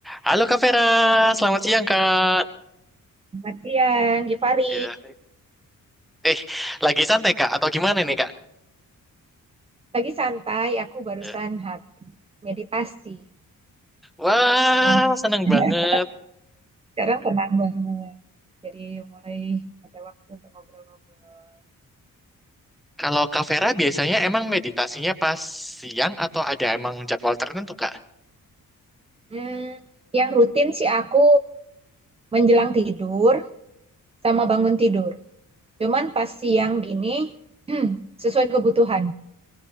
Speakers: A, in the centre; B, on the right (about 20°).
A: Halo Kak Vera, selamat siang Kak.
B: Selamat siang, Givari.
A: Ya. Eh, lagi santai Kak atau gimana nih Kak?
B: Lagi santai, aku barusan
A: Ya.
B: habis meditasi.
A: Wah,
B: Jadi sekarang
A: seneng
B: <laughs>
A: banget.
B: sekarang tenang banget. Jadi mulai ada waktu untuk ngobrol-ngobrol.
A: Kalau Kak Vera biasanya emang meditasinya pas siang atau ada emang jadwal tertentu Kak?
B: Hmm, yang rutin sih aku menjelang tidur sama bangun tidur. Cuman pas siang gini <clears throat> sesuai kebutuhan.